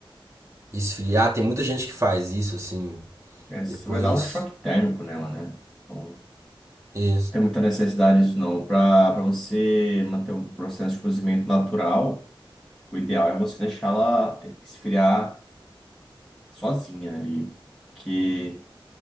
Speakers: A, on the right (about 35°); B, in the centre.
A: esfriar. Tem muita gente que faz isso, assim.
B: É, você
A: Depois.
B: vai dar um choque térmico nela, né? Então, não
A: Isso.
B: tem muita necessidade disso, não. Para para você manter um processo de cozimento natural, o ideal é você deixá-la esfriar sozinha ali. Porque.